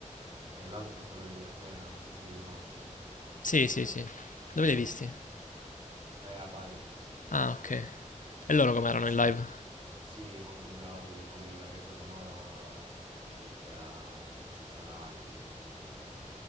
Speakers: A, on the right; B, on the left.
A: E l'altro è quello dei Verdena, non so se li conosci.
B: Sì, sì, sì. Dove li hai visti?
A: È a Bari.
B: Ah, ok. E loro com'erano
A: Sì,
B: in live?
A: Sì, molto bravi, poi la resa sonora era eccezionale, quindi